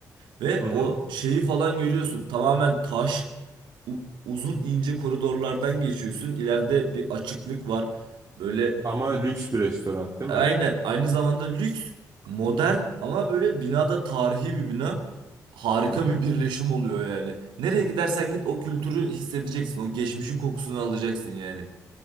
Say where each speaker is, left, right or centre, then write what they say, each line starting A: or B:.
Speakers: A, on the right; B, on the right.
A: ve
B: Hı hı.
A: o şeyi falan görüyorsun. Tamamen taş, u- uzun ince koridorlardan geçiyorsun. İleride bir açıklık var. Böyle
B: Ama lüks bir restoran değil
A: Aynen.
B: mi?
A: Aynı zamanda lüks, modern ama böyle binada tarihi bir bina. Harika
B: Hı hı.
A: bir birleşim oluyor yani. Nereye gidersen git o kültürü hissedeceksin. O geçmişin kokusunu alacaksın yani.